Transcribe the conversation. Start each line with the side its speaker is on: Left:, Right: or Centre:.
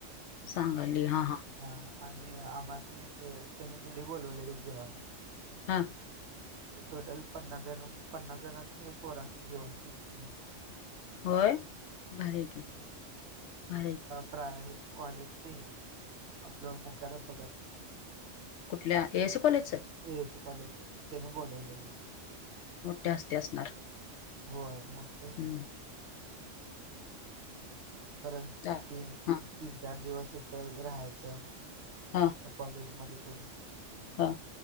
Left: सांगली
Right: आणि
Left: हा
Right: हा आणि आम्हासनी त्यांनी घरी बोलवलेल जेवाला.
Left: हां
Right: टोटल पन्नास जण पन्नास जणसनी पोरसनी जेवण केलत त्यांनी
Left: होय भारीय की भारी की
Right: प्राय कॉलेजच हे आहे आपलं मुख्याधपक
Left: कुठल्या एसी कॉलेजचं.
Right: एयसी कॉलेज त्यानी बोलवलेले.
Left: जास्ती असणार
Right: होय मोठ्या
Left: हम्म.
Right: परत
Left: चा
Right: तीन
Left: हां
Right: तीन चार दिवस तिथ राहायचं.
Left: हां
Right: तर कॉलेजमध्ये त्यांच्या
Left: हां